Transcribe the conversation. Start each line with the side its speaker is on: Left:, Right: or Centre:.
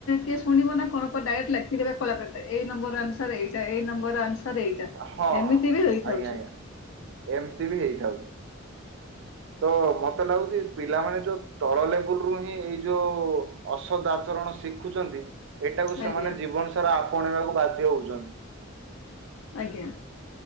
Left: କିଏ ଶୁଣିବ ନା କଣ ଡାରେଟେ ଲେଖିଦେବେ କଳାପଟା ଏଇ ନମ୍ବର ସାର ଏଇଟା ଏଇ ନମ୍ବର ଆସାଂର ଏଇଟା
Right: ହଁ
Left: ଏମିତି
Right: ହଁ
Left: ବି ହେଇଥାଉଛି,
Right: ଆଜ୍ଞା ଆଜ୍ଞା ଏମିତି ବି ହେଇଥାଉଛି, ତ ମତେ ଲାଗୁଛି ପିଲାମାନେ ଯୋଉ ତଳ ଲେବୁଲୁ ହିଁ ଏଇ ଯୋଉ ଅସଦା ଆଚରଣ ଶିଖୁଛନ୍ତି ଏଇଟାକୁ ସେମାନେ
Left: ଆଜ୍ଞା
Right: ଜୀବନ ସାରା ଆପଣେଇବାକୁ ବାଧ୍ୟ ହଉଛନ୍ତି,
Left: ଆଜ୍ଞା।